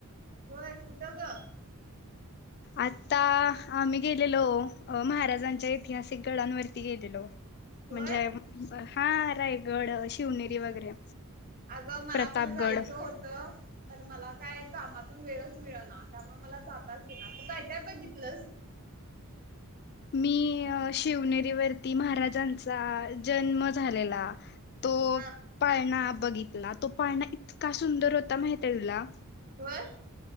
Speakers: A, on the right; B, on the left.
A: होय कुट ग
B: आत्ता आम्ही गेलेलो. अ महाराजांच्या ऐतिहासिक गडांनवरती गेलेलो.
A: होय
B: म्हणजे आ मं... हा रायगड शिवनेरी वगैरे...
A: अगं मला
B: प्रतापगड
A: पण जायचं होतं पण मला काय कामातून वेळचं मिळना त्यामुळं मला जाताचं येना, तू काय काय बघितलंस?
B: मी अ शिवनेरीवररती महाराजांचा जन्म झालेला तो
A: हा
B: पाळना बघित ला तो पाळणा इतका सुंदर होता माहिताय तूला?
A: बर